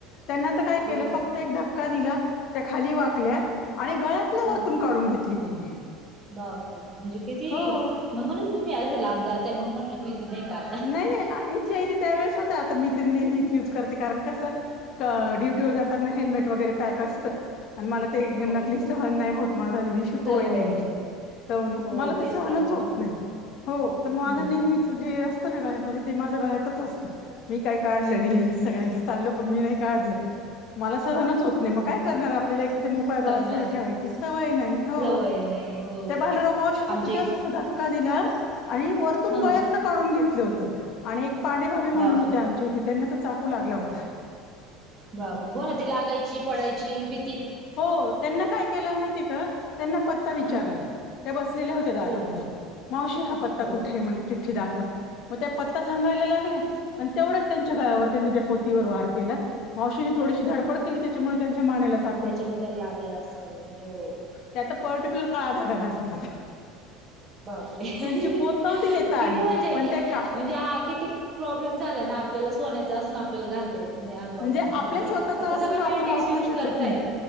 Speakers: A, on the left; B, on the right.
A: त्यांना त काय
B: हो
A: केल
B: का
A: फक्त एक धक्का का दिला त्या खाली वाकल्या
B: हा
A: आणि गळ्यातन
B: हा
A: वरतून काढून घेतली त्यांनी
B: बापरे म्हणजे किती
A: हो
B: म्हणून तुम्ही असं लांब जातय म्हणून म्हटलं भीती नाही का?
A: नाही नाही इच्छे य त त्यावेेळेस होत आता मी तर नेहमीच युज करते कारण कसं? ड्युटी
B: ह
A: व जातना हेल्मेट वरे पक असत मला ते
B: हो
A: नकली
B: हो
A: सहन नाही होत माझा आणि विष
B: सवय
A: तोय नेमकी तर
B: हो
A: मला ते
B: तेच
A: सहनच
B: प्रॉब्लेम
A: होत
B: होतो
A: नाही हो तर
B: हम्म
A: मग माझ नेहमीच े असत ना गामध्ये माझ्या गायातच असतं. मी काही काढलं
B: हम्म
A: नाहीच
B: हो
A: सगळ्यांचं चाल पण मी नाही काढलं. मला सहनच होत नाही
B: ह
A: मग काय करणार आपल्याला एक तर ते मोकळ्या गळासाहे
B: करणार
A: ठेवायची सवय नाही. हो
B: सवय नाही हो
A: त्या बालरा मावशी
B: आमचे
A: तर जस अस दात का दिला आणि वरतून
B: हा
A: गळ्यातन काढून घेतलं होत. आणि एक पांडेभाभी म्हणून
B: बापरे
A: होते्या आमच्या इथे त्यांना त चाकू लागला होता.
B: बाबर हो ना ते लागायची पडायची बी
A: हो त्यांना काय केलं माहितीय का त्यांना पत्ता विचारला
B: हा
A: त्या बसलेल्या होत्या दारामध्ये
B: हो हो
A: मावशी हा पत्ता
B: हो
A: कुठे
B: हो
A: म्हण. चिठ्ठी दाखवत मग त्या पत्ता सांगायला लागल्या आणि तेवढच त्यांच्या गळा्यावर त्यांनी ते पो वार केला मावशीने थोडीशी धडपड केली त्याच्यामुळे त्यांच्या माण्याला चा
B: त्याच्या मत लागला असेल हो.
A: त्यात पर्टिक्युलर काळा धागा घालतात.
B: बर किती
A: त्यांची पोत नव्हती नेता आली
B: म्हणजे
A: पण त्या का
B: म्हणजे हा किती प्रॉब्लेम झाला ना. आपल्याला सोन्याचां असून आपल्याला घालता येत नाही प्रॉब्लेम
A: म्हणजे
B: झाला
A: आपल्या
B: नाही
A: स्वतःच
B: का आता
A: असून
B: सगळे
A: आपण
B: बँनटेक्स
A: वापरू
B: युज
A: शकत
B: करताय.
A: नाही.